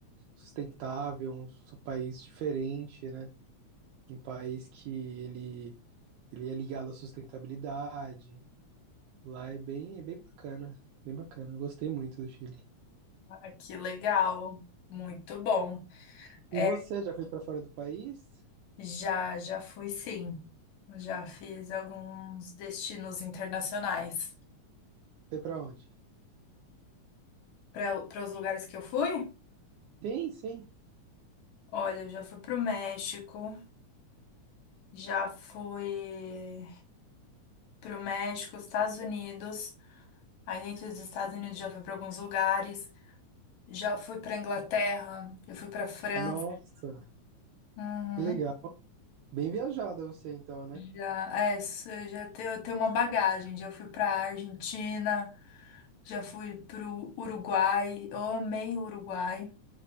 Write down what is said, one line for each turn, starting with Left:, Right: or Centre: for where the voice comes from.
Right: sustentável, um su- país diferente, né? Um país que ele Ele é ligado à sustentabilidade. Lá é bem, é bem bacana. Bem bacana. Eu gostei muito do Chile.
Left: Ah, que legal. Muito bom. É,
Right: E você já foi para fora do país?
Left: já, já fui sim. Já fiz alguns destinos internacionais.
Right: Foi para onde?
Left: Para para os lugares que eu fui?
Right: Sim, sim.
Left: Olha, eu já fui para o México, já fui para o México, Estados Unidos. Aí dentro dos Estados Unidos já fui para alguns lugares. Já fui para Inglaterra, já fui para França.
Right: Nossa,
Left: Uhum.
Right: que legal. Bem viajada você então, né?
Left: Já, é, cê já tem, eu tenho uma bagagem. Já fui pra Argentina, já fui pro Uruguai. Eu amei o Uruguai.